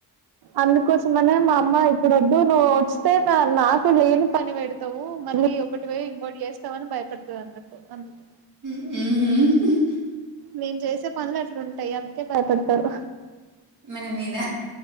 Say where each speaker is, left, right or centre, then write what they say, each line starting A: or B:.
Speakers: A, on the right; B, on the right.
A: అందు కోసమనే మా అమ్మ ఇప్పుడు వద్దు నుడ్ వస్తే నా నాకు లేని పని పెడతావు మళ్ళీ ఒకటివే ఇంకోటి చేస్తావు అని భయపడుతుంది అన్నట్ <unintelligible>
B: హు హు
A: మేమ్ చేసే పనులు అట్లా ఉంటాయి అందుకే భయపడతారు.
B: మన మీద